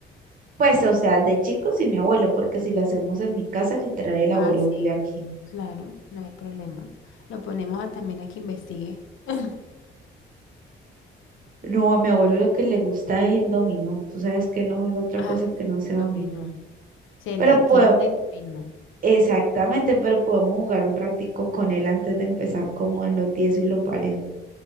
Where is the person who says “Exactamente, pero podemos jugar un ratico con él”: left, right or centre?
Right